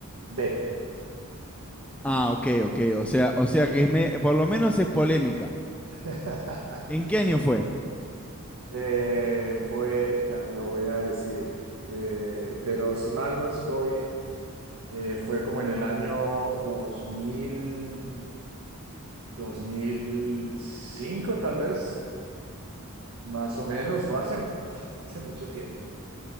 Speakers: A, on the right; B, in the centre.
A: B.
B: Ah, ok, ok, o sea, o sea que es me- por lo menos es polémica.
A: <laughs>
B: ¿En qué año fue?
A: Eh, fue, ya te lo voy a decir, eh, pero si mal no estoy, eh, fue como en el año 2000, 2005 tal vez, más o menos, fue hace, fue hace mucho tiempo.